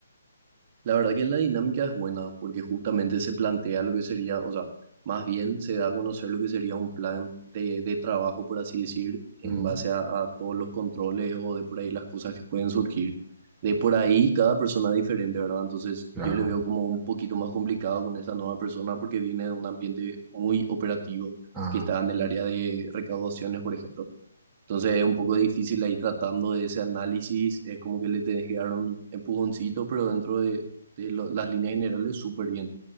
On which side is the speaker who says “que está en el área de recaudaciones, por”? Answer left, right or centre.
Right